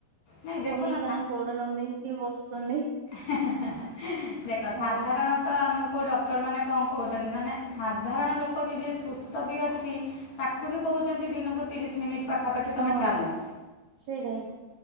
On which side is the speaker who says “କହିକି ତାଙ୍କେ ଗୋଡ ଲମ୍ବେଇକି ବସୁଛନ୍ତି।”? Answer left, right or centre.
Right